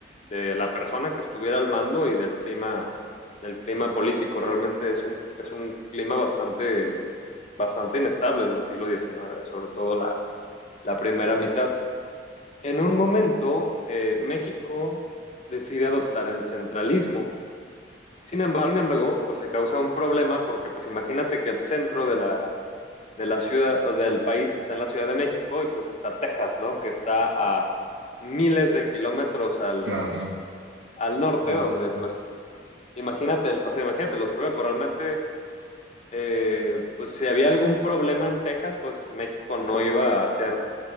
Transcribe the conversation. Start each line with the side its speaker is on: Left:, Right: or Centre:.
Left: de la persona que estuviera al mando y del clima, del clima político. Realmente es un, es un clima bastante, bastante inestable del siglo XIX, sobre todo la, la primera mitad. En un momento, eh, México decide adoptar el centralismo. Sin embargo, sin embargo, pues se causa un problema porque, pues imagínate que el centro de la, de la ciudad o del país está en la Ciudad de México y pues está Texas, ¿no? Que está a miles de kilómetros al,
Right: claro.
Left: al norte,
Right: al
Left: donde
Right: norte.
Left: pues imagínate, o sea, imagínate los problemas, pero realmente, eh, pues si había algún problema en Texas, pues México no iba a hacer